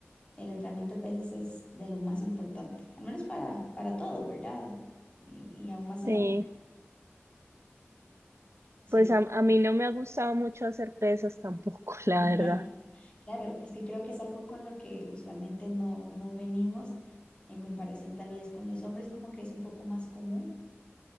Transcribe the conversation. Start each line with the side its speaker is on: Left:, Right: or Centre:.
Left: el entrenamiento de pesas es de lo más importante, al menos para, para todos, ¿verdad? Y, y aún más en
Right: Sí,
Left: la... Sí.
Right: pues a, a mí no me ha gustado mucho hacer pesas tampoco, <laughs> la
Left: sí. <laughs>
Right: verdad.
Left: Claro, es que creo que es algo con lo que usualmente no, no venimos en comparación tal vez con los hombres, como que es un poco más común